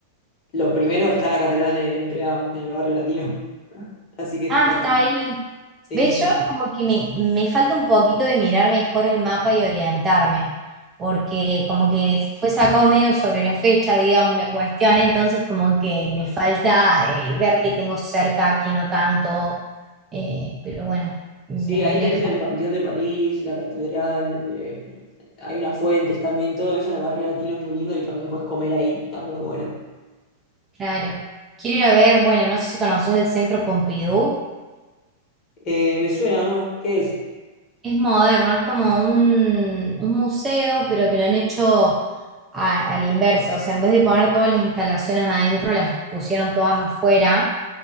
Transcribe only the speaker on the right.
Ah,
está ahí.
¿Ves? Yo como que me, me falta un poquito de mirar mejor el mapa y orientarme, porque como que fue sacado medio sobre la fecha, digamos, la cuestión, entonces como que me falta eh, ver qué tengo cerca, qué no tanto, eh, pero bueno, me
tendré
que poner,
claro. Quiero ir a ver, bueno, no sé si conoces el Centro Pompidou.
Es moderno, es como un, un museo, pero que lo han hecho a, a la inversa. O sea, en vez de poner todas las instalaciones adentro, las pusieron todas afuera.